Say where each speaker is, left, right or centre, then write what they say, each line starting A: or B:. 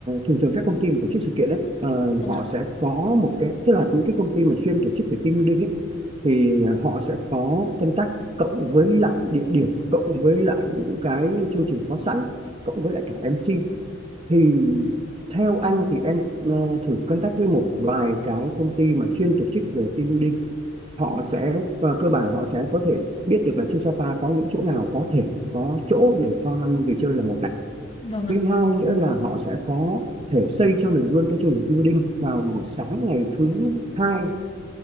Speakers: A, on the right (about 30°); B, on the left (about 35°).
A: thường thường các công ty mà tổ chức sự kiện ấy, ờ,
B: vâng
A: họ
B: ạ
A: sẽ có một cái tức là những cái công ty mà chuyên tổ chức về team building ấy thì họ sẽ có contact tác cộng với lại địa điểm cộng với lại những cái chương trình có sẵn cộng với lại cả MC thì theo anh thì em ờ, thử contact với một vài cái công ty mà chuyên tổ chức về team building họ
B: vâng
A: sẽ và cơ bản họ sẽ có thể biết được là trên Sapa có những chỗ nào có thể có chỗ để cho năm người chơi là một này
B: vâng ạ
A: thứ hai nữa là họ sẽ có thể xây cho mình luôn cái chương trình team building vào buổi sáng ngày thứ hai